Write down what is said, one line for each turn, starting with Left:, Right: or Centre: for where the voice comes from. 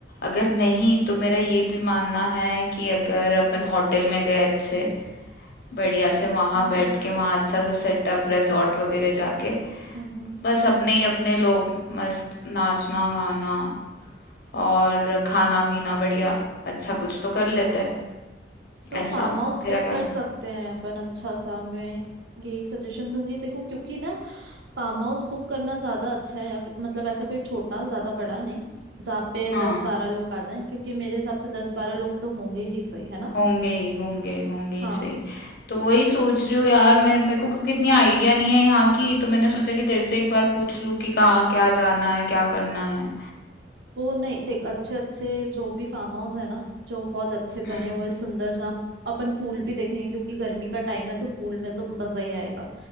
Left: अगर नहीं तो मेरा ये भी मानना है कि अगर अपन होटल में गए अच्छे बढ़िया से वहाँ
Right: हम्म
Left: बैठ
Right: हम्म
Left: के वहाँ अच्छा सा सेटअप रिजॉर्ट वगैरह जाके
Right: हम्म हम्म।
Left: बस अपने ही अपने लोग मस्त नाचना गाना और खाना पीना बढ़िया अच्छा कुछ तो कर लेते हैं
Right: तो फार्म
Left: ऐसा
Right: हाउस
Left: तेरा
Right: बुक
Left: क्या
Right: कर सकते हैं अपन अच्छा सा मैं यही सजेशन दूंगी देखो क्योंकि ना फार्म हाउस बुक करना ज्यादा अच्छा है या फिर मतलब ऐसा कोई छोटा ज्यादा बड़ा नहीं जहाँ पे
Left: हाँ
Right: दस बारह लोग आ जाएं क्योंकि मेरे हिसाब से दस बारह लोग तो होंगे ही सही है ना
Left: होंगे ही होंगे होंगे ही
Right: हाँ
Left: सही तो वही सोच रही हूँ यार मैं मेरे को क्योंकि इतनी आइडिया नहीं है यहाँ की तो मैंने
Right: हम्म
Left: सोचा
Right: हम्म
Left: कि तेरे से एक बार पूछ लूँ कि कहाँ क्या जाना है क्या करना है
Right: वो नहीं देख अच्छे अच्छे जो भी फार्म हाउस है ना जो बहुत अच्छे बने
Left: हम्म
Right: हुए सुंदर जहाँ अपन पूल भी देखेंगे क्योंकि गर्मी का टाइम है तो पूल में तो मजा ही आएगा